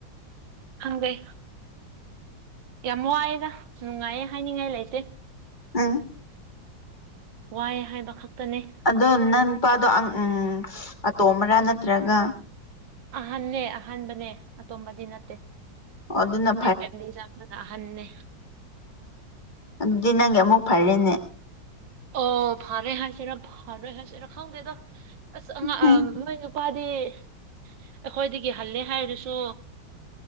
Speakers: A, on the right; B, on the left.
A: ꯈꯪꯗ‌ꯦ ꯌꯥꯝ ꯋꯥꯑꯦꯗ ꯅꯨꯡꯉꯥꯏꯌꯦ ꯍꯥꯏꯅꯤꯡꯉꯥꯏ ꯂꯩꯇꯦ
B: ꯎꯝ
A: ꯋꯥꯏ ꯍꯥꯏꯕ ꯈꯛꯇꯅ‌ꯦ
B: ꯑꯗꯣ ꯅꯪ ꯅꯨꯄꯥꯗꯣ ꯎꯝ ꯑꯇꯣꯝꯕꯔꯥ ꯅꯠꯇ꯭ꯔꯒ
A: ꯑꯍꯟꯅꯅꯦ ꯑꯍꯥꯟꯕꯅꯦ ꯑꯇꯣꯝꯕꯗꯤ ꯅꯠꯇꯦ
B: ꯑꯣ ꯑꯗꯨꯅ
A: ꯃꯣꯏ ꯐꯦꯃꯤꯂꯤ ꯑ ꯍꯟꯅꯦ
B: ꯎꯝꯗꯤ ꯅꯪ ꯑꯃꯨꯛ ꯐꯔꯦꯅꯦ
A: ꯑꯣ ꯐꯔꯦ ꯍꯥꯏꯁꯤꯔꯥ ꯐꯔꯣꯏ ꯍꯥꯏꯁꯤꯔꯥ ꯈꯪꯗꯦꯗ ꯑꯁ ꯑ
B: ꯎꯝ
A: ꯃꯣꯏ ꯅꯨꯄꯥ ꯑꯩꯈꯣꯏꯗꯒꯤ ꯍꯜꯂꯦ ꯍꯥꯏꯔꯁꯨ